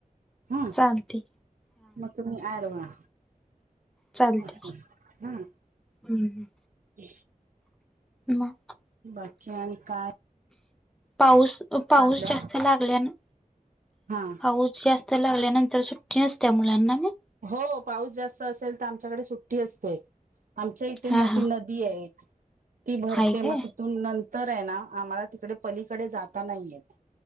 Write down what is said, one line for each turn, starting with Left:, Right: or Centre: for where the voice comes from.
Right: हा
Centre: चालती.
Right: मग तुम्ही ऍड व्हा,
Centre: चालते
Right: असं. हा.
Centre: हम्म हम्.
Right: ह
Centre: मग?
Right: बाकी आणि काय?
Centre: पाऊस पाऊस
Right: चालल्या
Centre: जास्त लागले ना,
Right: हा
Centre: पाऊस जास्त तर लागल्यानंतर सुट्टी नसत्या, मुलांना मग?
Right: हो, पाऊस जास्त असेल तर आमच्याकडे सुट्टी असते. आमच्या इथे
Centre: हा
Right: मोठी
Centre: हा
Right: नद दी ये, ती भरते.
Centre: हाय काय
Right: मग तून नंतर आहे ना, आम्हाला तिकडे पलीकडे जाता नाही येत.